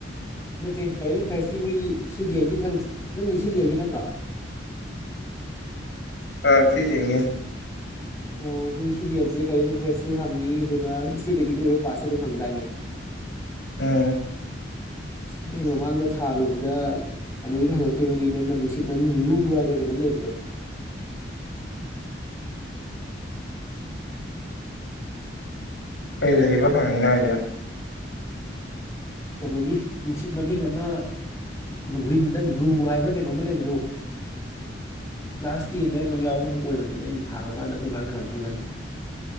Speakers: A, on the left; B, on the left.
A: <unintelligible> <inaudible> ꯅꯠꯇꯦ ꯀꯔꯤ ꯐꯔ ꯁꯤ ꯃꯣꯏꯒꯤ ꯁꯤ ꯖꯦꯜꯒꯤ ꯁꯔꯨꯛ ꯈꯤꯪ ꯁꯤ ꯖꯦꯜꯒꯤ ꯅꯠꯇ꯭ꯔꯥ <unintelligible> <inaudible>
B: ꯑ ꯊꯤꯖꯒꯦ
A: ꯑꯣ ꯃꯣꯏ ꯁꯤꯖꯦꯜꯁꯦ ꯀꯔꯤ ꯐꯦꯠꯁꯨ ꯍꯪꯉꯤ ꯑꯗꯨꯒ ꯏꯁꯇꯦꯇꯦꯇꯤꯛ ꯑꯣꯏꯕ ꯄꯥꯔꯠꯁꯨ ꯑꯗꯨꯝ ꯍꯪꯗꯥꯏꯅꯦ <unintelligible> <inaudible>
B: ꯎꯝ
A: ꯅ ꯃꯃꯥꯡꯗ ꯊꯥꯔꯨꯕꯗ ꯀꯩꯅꯣꯒꯤ ꯍꯪꯉꯛꯈꯤꯕꯅꯤꯅ ꯑꯃ ꯅꯨꯡꯁꯤꯠ ꯃꯃꯤꯡ ꯂꯨ ꯀꯩꯅꯝ ꯂꯩꯕꯗꯣ <unintelligible> <inaudible>
B: ꯀꯩ ꯂꯩꯕ ꯍꯪꯉꯤꯅꯣ ꯑꯩꯖ
A: ꯀꯩꯅꯣꯒꯤ ꯅꯨꯡꯁꯤꯠ ꯃꯃꯤꯡ ꯑꯃ ꯋꯤꯟꯗ ꯂꯨ ꯍꯥꯏꯕ꯭ꯔꯥ ꯀꯩꯅꯣꯝꯃ ꯂꯩꯕꯗꯨꯣ ꯀ꯭ꯂꯥꯁ ꯇꯦꯟꯗꯩꯅꯝ ꯌꯥꯎꯕꯈꯛ ꯑꯣꯏꯕꯅꯤꯅ ꯑꯩꯅꯣ ꯊꯥꯔꯨ ꯀꯥꯟꯗ ꯑꯗꯨꯝꯀꯥꯟ ꯍꯪꯉꯛꯈꯤꯕꯅꯤ